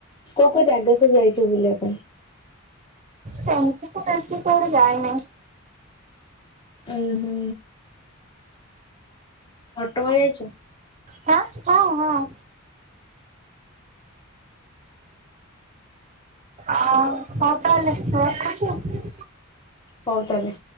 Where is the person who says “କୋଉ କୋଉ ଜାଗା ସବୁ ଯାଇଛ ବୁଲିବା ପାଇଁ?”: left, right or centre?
Left